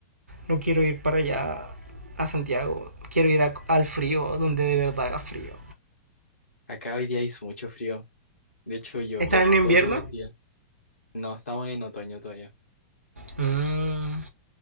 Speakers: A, on the right (about 80°); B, on the left (about 75°).
A: no quiero ir para allá a Santiago. Quiero ir a- al frío, donde de verdad haga frío.
B: Acá hoy día hizo mucho frío. De hecho, llovió
A: ¿Están en invierno?
B: todo el día. No, estamos en otoño todavía.
A: Mm,